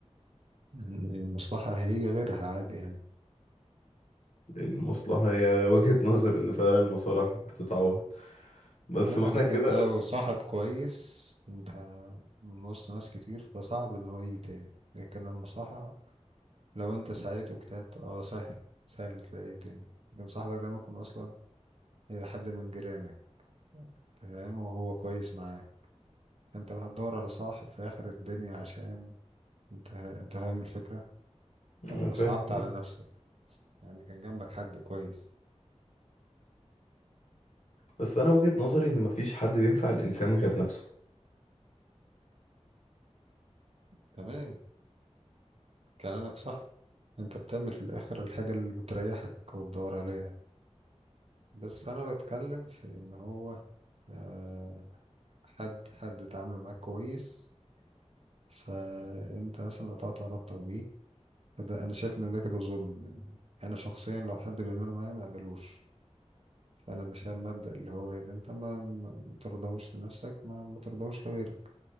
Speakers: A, on the right (about 60°); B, on the left (about 80°).
A: المصلحة هيجي غيرها عادي يعني
B: لأن المصلحة هي <laughs> وجهة نظر إن فعلا المصالح بتتعوض بس
A: آه
B: معنى
A: لكن
B: كده
A: لو صاحب كويس انت من وسط ناس كتير فصعب ان هو يجي تاني لكن لما صاحب لو انت سعيت واجتهدت اه سهل سهل تلاقيه تاني لكن صاحبك ده ممكن اصلا يبقى حد من جيرانك فاهم وهو كويس معاك انت بقى هتدور على صاحب في اخر الدنيا عشان انت انت فاهم الفكرة هتبقى
B: أنا فاهم
A: صعبت
B: يعني.
A: على نفسك يعني كان جنبك حد كويس
B: بس أنا وجهة نظري إن مفيش حد بينفع الإنسان غير نفسه
A: تمام كلامك صح انت بتعمل في الاخر الحاجة اللي بتريحك وتدور عليها بس انا بتكلم في ان هو آه، حد حد تعامله معاك كويس فانت مثلا قطعت علاقتك بيه فده انا شايف ان ده كده ظلم يعني انا شخصيا لو حد بيعمله معايا ما اقبلوش فانا مش هعمل مبدأ اللي هو ايه ده انت ما ما ترضاهوش لنفسك ما ما ترضاهوش لغيرك